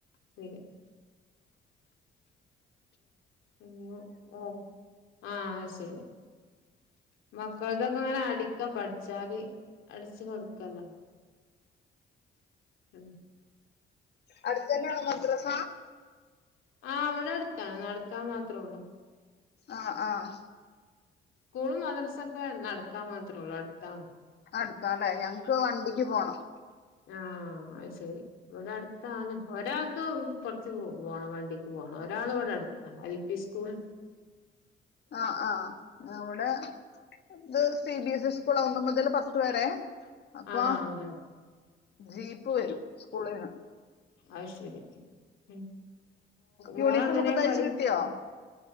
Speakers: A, on the left (about 85°); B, on the left (about 55°).
A: ശരി ഉം ഓ ആഹ് ശരി മക്കളതൊക്കെ അങ്ങനെ അടിക്കാ പഠിച്ചാല് അടിച്ച് കൊടുക്കണ്ട ഉം
B: അടുത്തു തന്നാണോ മദ്രസ
A: ആഹ് അവിടെ അടുത്താ നടക്കാൻ മാത്രമേ ഉള്ളൂ
B: ആഹ് ആഹ്
A: സ്കൂളും മദറസൊക്കെ നടക്കാ മാത്രേയുള്ളൂ അടുത്താ
B: അടുത്താല്ലേ ഞങ്ങക്ക് വണ്ടിക്ക് പോണം
A: ആഹ് അത് ശരി ഇവിടെ അടുത്താണ് ഒരാൾക്ക് കൊറച്ച് പോണം വണ്ടിക്ക് പോണം ഒരാൾ ഇവിടെ അടുത്ത് അൽ പി സ്കൂൾ
B: ആഹ് ആഹ് അവിടെ ഇത് C B S E school ഒന്ന് മുതൽ പത്ത് വരെ അപ്പോ
A: ആഹ് അങ്ങനെ
B: ജീപ്പ് വരും സ്കൂളിന്ന്
A: ആത് ശരി. ഉം. മോളങ്ങനെ
B: യൂണിഫോം ഒക്കെ തയ്ച്ച്
A: പഠി
B: കിട്ടിയോ